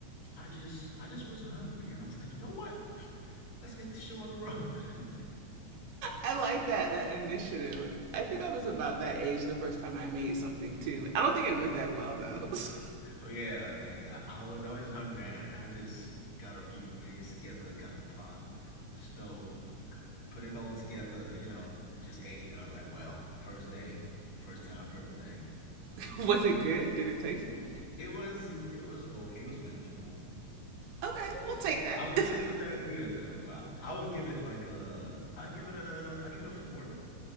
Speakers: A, on the left; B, on the right.
A: I just I just was hungry and I was like, you know what? <laughs> Let's get this show on the road. <laughs>
B: I like that that initiative. I think I was about that age the first time I made something too. I don't think it went that well though. So.
A: Oh yeah, like I, I was I was just hungry and I just got a few ingredients together, got the pot on the stove, put it all together, you know, just ate and I was like, well, first day, first time for everything.
B: <laughs> was it good? Did it taste good?
A: It was it was okay, it was manageable.
B: Okay, we'll
A: Yeah,
B: take that.
A: I wouldn't
B: <laughs> okay,
A: say it was that good though. I, I would give it like a, I give it a, I give it a four.